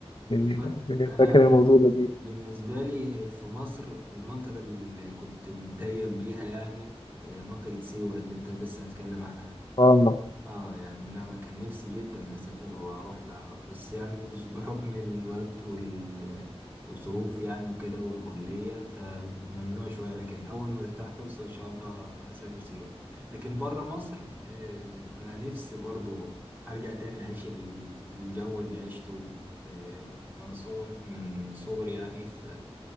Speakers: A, on the left (about 50°); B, on the right (about 20°).
A: من
B: والله
A: من الأماكن
B: انا
A: الموجودة دي
B: بالنسبه لي في مصر المنطقه اللي كنت متيم بيها يعني منطقه سيوه اللي انت لسه متكلم عنها
A: اه
B: اه يعني انا كان نفسي جدا اسافر واروح لها بس يعني بز- بحكم الوقت وال- والظروف يعني وكده والكلية فممنوع شوية لكن اول ما تفتح فرصة ان شاء الله اسافر سيوة لكن بره مصر آه، انا نفسي برضو ارجع تاني اعيش ال- الجو اللي عشته آه، وانا صغري من صغري يعني في